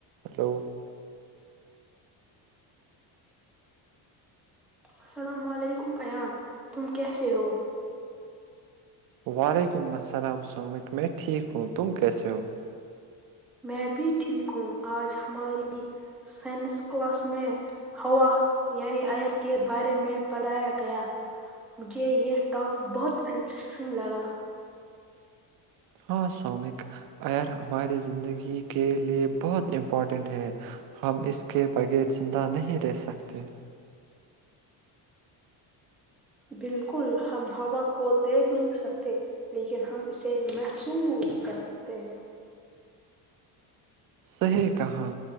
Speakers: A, on the right (about 55°); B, in the centre.
A: hello
B: السلام علیکم ایان تم کیس ہو
A: وعلیکم السلام سامکم ٹھیک ہوں تم کیسے ہو
B: میں بھی ٹھیک ہوں آج ہماری سائنس کلاس میں ہوا یعنی آئر کے بارے میں پڑھایا گیا مجھے یہ ٹاپک بہت انٹرسٹنگ لگا
A: ہاں سومک ار ہماری زندگی کے لیے بہت امپورٹنٹ ہے ہم اس کے بغیر زندہ نہیں رہ سکتے
B: بالکل ہم ہوا کو دیکھ نہیں سکتے لیکن ہم اسے محسوس کر سکتے ہیں
A: صحیح کہاں